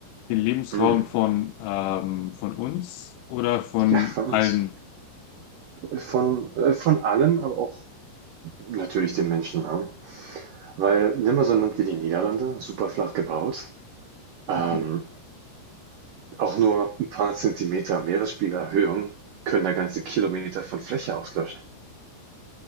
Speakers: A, on the left; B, on the right.
A: den Lebensraum
B: Mm.
A: von, ähm, von uns oder von
B: Ja, von
A: allen.
B: uns. Von, äh, von allem, aber auch natürlich den Menschen. Ne? Weil nimm mal so ein Land wie die Niederlande, super flach gebaut. Ähm,
A: Mhm.
B: auch nur ein paar Zentimeter Meeresspiegelerhöhung können da ganze Kilometer von Fläche auslöschen.